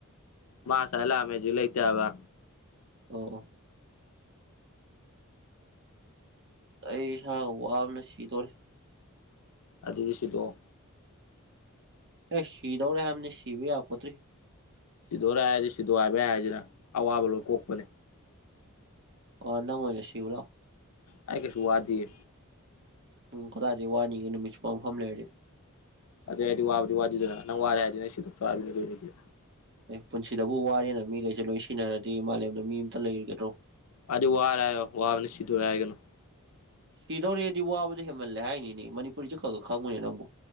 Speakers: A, on the left (about 85°); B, on the right (about 55°).
A: ꯃꯥ ꯉꯁꯥ ꯂꯛꯑꯥꯝꯃꯦꯕ ꯍꯩꯖꯤꯛ ꯂꯩꯇꯦꯕ
B: ꯑꯣ ꯑꯣ ꯑꯩ ꯏꯁꯥ ꯋꯥꯕꯅ ꯁꯤꯗꯣꯔꯦ
A: ꯑꯗꯨꯗꯤ ꯁꯤꯗꯣꯛꯑꯣ
B: ꯑꯦ ꯁꯤꯗꯧꯔꯦ ꯍꯥꯏꯕꯅꯤ ꯁꯤꯕ ꯌꯥꯄꯣꯠꯇ꯭ꯔꯤ
A: ꯁꯤꯗꯣꯏꯔꯦ ꯍꯥꯏꯔꯗꯤ ꯁꯤꯗꯣꯏ ꯍꯥꯏꯕ ꯌꯥꯏꯔꯁꯤꯅ ꯑꯋꯥꯕ ꯂꯣꯏ ꯀꯣꯛꯄꯅꯤ
B: ꯑꯣ ꯅꯪꯑꯣꯏꯅ ꯁꯤꯂꯣ ꯂꯛꯑꯣ
A: ꯑꯩ ꯀꯩꯁꯨ ꯋꯥꯗꯤꯌꯦ
B: ꯎꯝ ꯀꯗꯥꯏꯗꯤ ꯋꯥꯅꯤꯡꯒꯦ ꯅꯨꯃꯤꯠꯁꯨꯨꯞꯄꯥ ꯃꯐꯝ ꯂꯩꯔꯗꯤ
A: ꯑꯗꯨ ꯍꯥꯏꯗꯤ ꯋꯥꯕꯗꯤ ꯋꯥꯗꯗꯅ ꯅꯪ ꯋꯥꯔꯦ ꯍꯥꯏꯗꯤ ꯅꯪ ꯁꯤꯗꯣꯛꯆꯧ ꯍꯥꯏꯕꯅꯤ ꯀꯩꯅꯦꯅꯦ
B: ꯑꯦ ꯄꯨꯟꯁꯤꯗꯕꯨ ꯋꯥꯔꯦꯅ ꯃꯤꯈꯩꯁꯦ ꯂꯣꯏ ꯁꯤꯟꯅꯔꯗꯤ ꯃꯥꯂꯦꯝꯗ ꯃꯤ ꯑꯃꯇ ꯂꯩꯒꯗ꯭ꯔꯣ
A: ꯑꯗꯨꯗꯤ ꯋꯥꯔ ꯍꯥꯌꯣ ꯋꯥꯕꯅ ꯁꯤꯗꯨꯔꯦ ꯍꯥꯏꯒꯅꯨ
B: ꯁꯤꯗꯧꯔꯤꯗꯤ ꯋꯥꯕꯗꯣ ꯍꯦꯃꯜꯂꯦ ꯍꯥꯏꯅꯤꯅꯦ ꯃꯅꯤꯄꯨꯁꯁꯨ ꯈꯔꯒ ꯈꯪꯉꯨꯅꯦ ꯅꯪꯕꯨ